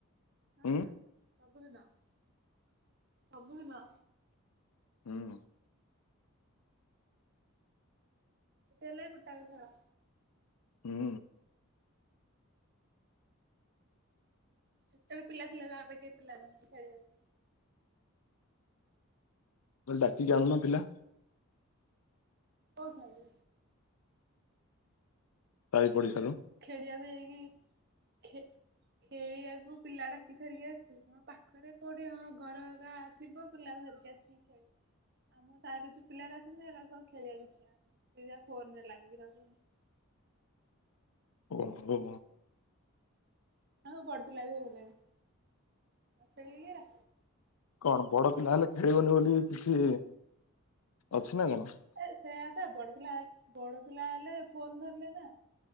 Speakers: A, on the right; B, on the left.
A: ହଁ
B: ଉଁ
A: ସବୁଦିନ ସବୁଦିନ
B: ହୁଁ
A: ହେଲେ ଗେଟାଏ ଭଳା।
B: ହୁଁ
A: କେତେବେଳେ ପିଲା ପିଲା ବାବେ କେହେ ପିଲା ନାହାନ୍ତି ଖେଳିବାକୁ।
B: ଡାକିକି କି ଆଣୁଣ ପିଲା।
A: କଣ ଖାଇବେ
B: ସାଇ ପଡିଶାରୁୁ।
A: ଖେଳିବାକୁ ଯାଇକି ଖେ ଖେଳିବାକୁ ପିଲା ଡାକି ଧରିକି ଆସିବିନା ହଁ ପାଖରେ କୋଉଁଠି ହଁ ଘର ଗାଆ ଥିବ ପିଲାକୁ ଧରିକି ଆସିବି ଖେଳିବି ଆମ ସାରରେ ଯୋଉ ପିଲାର ଅସଛନ୍ତି ଏ ଖଳିବାକୁଇ୍ଛା ହେଉନି ସେଇଟା ଫୋନ ରେ ଲାଗିକି ରହିଛନ୍ତି।
B: ଓ ହୋ
A: ଆ ବଡ ପିଲା ବି ହେଇଗଲେଣି ଆଉ ଖେଳିବରା
B: କଣ ବଡ ପିଲା ହେଲେ ଖେଳିବନି ବୋଲି କିଛି ଅଛି ନା ନାଇଁ
A: ଏ ସେଆ ପା ବଡ ପିଲା ବଡ ପିଲା ହେଲେ ଫୋନ୍ ଧରିଲେ ନା।